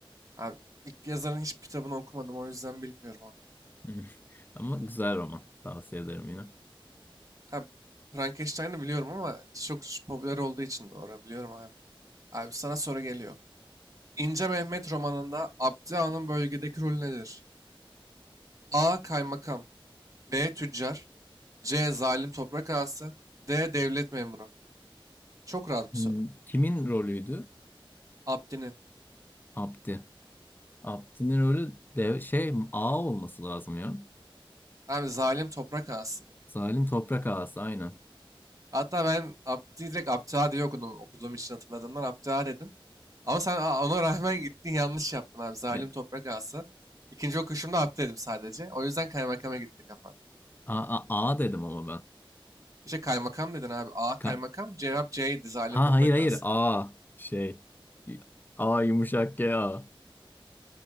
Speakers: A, on the right; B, on the left.
A: Abi ilk yazarın hiçbir kitabını okumadım o yüzden bilmiyorum onu.
B: Hmm. Ama güzel roman. Tavsiye ederim yine.
A: Abi Frankenstein'ı biliyorum ama çok popüler olduğu için doğru biliyorum abi. Abi sana soru geliyor. İnce Mehmet romanında Abdi Ağa'nın bölgedeki rolü nedir? A. Kaymakam B. Tüccar C. Zalim toprak ağası D. Devlet memuru. Çok rahat
B: Hmm,
A: bir soru.
B: Kimin rolüydü?
A: Abdi'nin.
B: Abdi. Abdi'nin rolü de şey A olması lazım ya.
A: Abi zalim toprak ağası.
B: Salim Toprak Ağası aynen.
A: Hatta ben Abdi direkt Abdüha diye okudum. Okuduğum için hatırladığımdan Abdüha dedim. Ama sen a- ona rağmen gittin yanlış yaptın abi. Zalim
B: E,
A: toprak ağası. İkinci okuyuşumda Abdi dedim sadece. O yüzden kaymakama gitti kafan.
B: A, A, A dedim ama ben.
A: İşte kaymakam dedin abi. A
B: Ka-
A: kaymakam. Cevap C'ydi. Zalim
B: ha
A: toprak
B: hayır hayır
A: ağası.
B: A şey. A yumuşak G A.